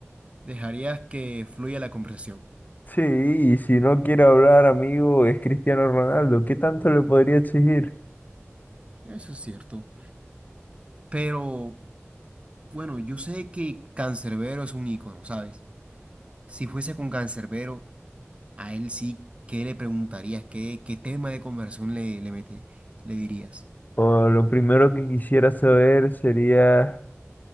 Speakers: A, on the right; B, on the left.
A: Dejarías que fluya la conversación.
B: Sí, y si no quiere hablar, amigo, es Cristiano Ronaldo. ¿Qué tanto le podría exigir?
A: Eso es cierto. Pero bueno, yo sé que Cancerbero es un ícono, ¿sabes? Si fuese con Cancerbero, a él sí, ¿qué le preguntarías? ¿Qué, qué tema de conversación le, le mete- le dirías?
B: O lo primero que quisiera saber sería